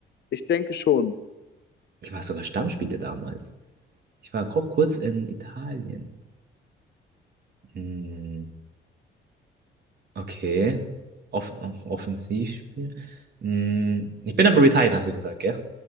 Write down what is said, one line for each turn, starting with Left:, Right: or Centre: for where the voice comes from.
Left: Ich denke schon.
Right: Ich war sogar Stammspieler damals. Ich war ko- kurz in Italien. Mm, okay. Off off- Offensivspiel. Mm, ich bin aber retired, hast du gesagt, gell?